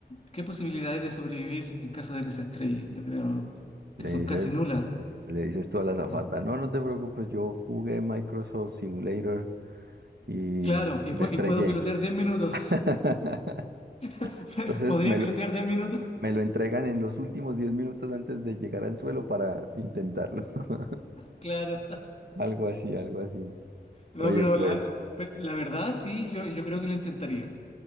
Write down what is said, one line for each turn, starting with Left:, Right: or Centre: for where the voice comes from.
Left: ¿qué posibilidades de sobrevivir en caso de que se estrelle? Yo creo que
Right: le
Left: son
Right: dices
Left: casi nulas.
Right: Le dices tú a la azafata,
Left: Eh,
Right: no, no te preocupes, yo jugué Microsoft Simulator y,
Left: Claro, y,
Right: y
Left: pu-
Right: me estrellé.
Left: y puedo pilotear 10 minutos.
Right: <laughs>
Left: <laughs>
Right: Entonces
Left: ¿Podría
Right: me
Left: pilotear
Right: lo,
Left: 10 minutos?
Right: me
Left: <laughs>
Right: lo entregan en los últimos 10 minutos antes de llegar al suelo para intentarlo. <laughs>
Left: Claro.
Right: Algo así, algo así.
Left: No,
Right: Oye,
Left: pero
Right: pues,
Left: la, pe- la verdad sí, yo, yo creo que lo intentaría.